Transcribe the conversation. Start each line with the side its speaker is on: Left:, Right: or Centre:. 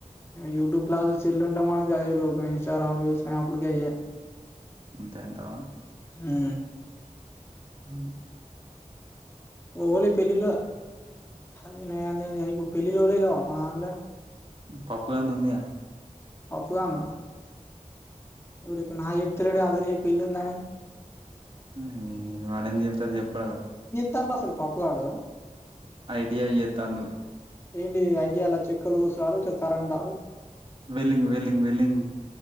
Left: యూట్యూబ్ క్లాసు చెల్లు ఉంటా మనకి అదే ఇన్స్టాగ్రామ్ లు స్నాప్ కి అయ
Right: అంతే ఎంతవా
Left: ఆ అ
Right: హ
Left: ఓలి పెళ్ళిల్ వినయాన్నిప్పుడు పెళ్ళల్ ఓలిలో మనాలల
Right: పప్పు గాంధీ ఉందిగా
Left: ఒప్పుగాన్న ఇరి నా చెప్తులడి అదిరు చెప్ప ఇల్ందానే
Right: ఆ వాడ ఎన్ని చెప్తారు చెప్పడ
Left: పండ అసలు పప్పుగాడు
Right: ఐడియా ఏతాను
Left: ఏంటి ఐడియాాల చెక్కులు కూసురాాలతే కరెంట
Right: వెలింగ్ వెలింగ్ వెలింగ్